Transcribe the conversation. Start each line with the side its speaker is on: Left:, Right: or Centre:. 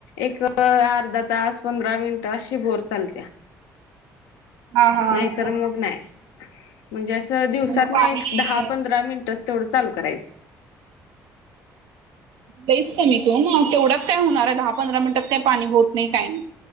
Left: एक अर्धा तास, पंधरा मिनिट अशी बोर चालत्या.
Right: हां, हां.
Left: नाहीत मग नाही म्हणजे असं दिवसात
Right: मग पाणी
Left: न एक दहा पंधरा मिनटच तेवढं चालू करायच.
Right: लईच कमी की ओ म तेवड्यात काय होणार आहे? दहा, पंधरा मिनिटात काय पाणी होत नाही काय नाही.